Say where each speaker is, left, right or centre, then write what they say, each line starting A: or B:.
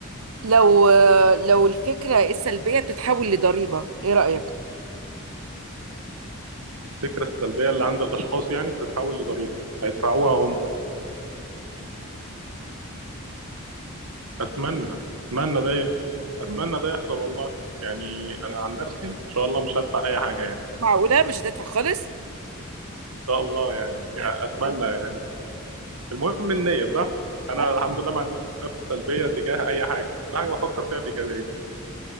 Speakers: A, on the right; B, on the right.
A: لو لو الفكره السلبيه بتتحول لضريبه ايه رايك
B: الفكرة السلبية اللي عند الأشخاص يعني بتتحول لضريبة هيدفعوها هم اتمنى اتمنى ده اتمنى
A: مم.
B: ده يحصل والله يعني انا عن نفسي ان شاء الله مش هدفع اي حاجه يعني
A: معقوله مش هتدفع خالص
B: ان شاء الله يعني اتمنى
A: هتبقى كويس.
B: يعني. المهم النيه صح انا
A: اه
B: الحمد
A: طبعا
B: لله ما عنديش افكار سلبيه تجاه اي حاجه كل حاجه بفكر فيها بايجابيه